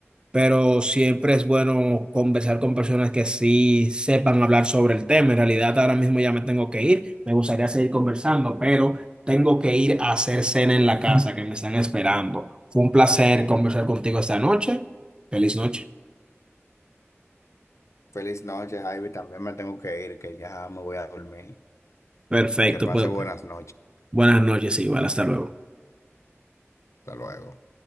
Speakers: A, on the right; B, on the left.
A: pero siempre es bueno conversar con personas que sí sepan hablar sobre el tema. En realidad, ahora mismo ya me tengo que ir. Me gustaría seguir conversando, pero tengo que ir a hacer cena en la casa que me están esperando. Fue un placer conversar contigo esta noche. Feliz noche.
B: Feliz noche, Javi. También me tengo que ir, que ya me voy a dormir.
A: Perfecto,
B: Que pase
A: pues
B: buenas noches.
A: buenas noches, igual. Hasta luego.
B: Hasta luego.